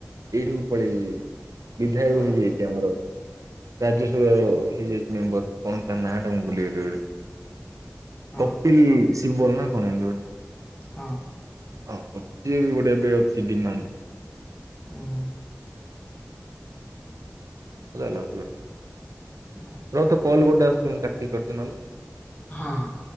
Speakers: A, on the right (about 85°); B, on the left (about 30°).
A: ଏଇଠିକୁ ପଳେଇ ବିଧାୟକ
B: କୋଉଟା
A: ହେଇଯାଇଛି ଆମର ରାଜ୍ୟସଭାର ହେଇଯାଇଛି ମେମ୍ବର କଣ ତା ନାଁ ଟା ମୁଁ ଭୁଲିଗଲି ଯେ
B: ହଁ
A: କପିଲ ଶିବଲ ନା କଣ ଏମତି ଗୋଟେ।
B: ହଁ।
A: ହଉ କ ସିଏ ବି ଗୋଟେ ଏବେ ଅଛି ଡିମାଣ୍ଡ।
B: ହୁଁ ହୁଁ।
A: ମଜା ଲାଗୁଥିଲା
B: ହଁ
A: ର ତ କଲ ଗୋଟେ ଆସୁଚି ମୁଁ କାଠିକି କରୁଚି ନହେଲେ।
B: ହଁ ହଁ।